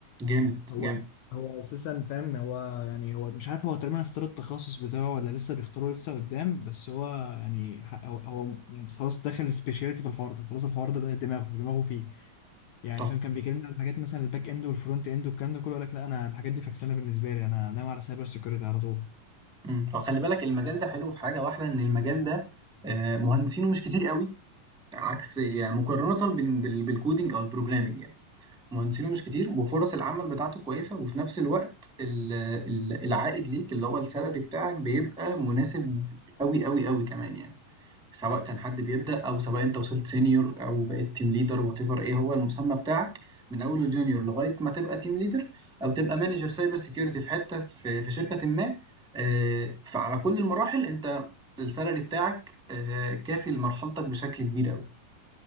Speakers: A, in the centre; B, on the left (about 80°).
A: جامد
B: هو
A: جامد
B: هو اساسا فاهم هو يعني هو مش عارف هو تقريبا اختار التخصص بتاعه ولا لسه بيختاره لسه قدام بس هو يعني ح- هو, هو يعني خلاص داخل سبيشاليتي في الحوار ده خلاص الحوار ده, ده دماغه دماغه فيه يعني
A: صح
B: فاهم كان بيكلمني على الحاجات مثلا الباك اند والفرونت اند والكلام ده كله يقول لك لا انا الحاجات دي فاكسانه بالنسبه لي انا ناوي على سايبر سيكيورتي على طول
A: مم. فخلي بالك المجال ده حلو في حاجه واحده ان المجال ده آه، مهندسينه مش كتير قوي عكس يعني مقارنه بال... بال... بالكودينج او البروجرامينج يعني مهندسينه مش كتير وفرص العمل بتاعته كويسة وفي نفس الوقت ال ال العائد ليك اللي هو السالري بتاعك بيبقى مناسب أوي، أوي، أوي كمان يعني، سواء كان حد بيبدأ أو سواء أنت وصلت senior أو بقيت team leader whatever إيه هو المسمى بتاعك، من أول الjunior لغاية ما تبقى team leader أو تبقى manager cyber security في حتة في في شركةٍ ما آآ، فعلى كل المراحل أنت السالري بتاعك آآ، كافي لمرحلتك بشكل كبير أوي.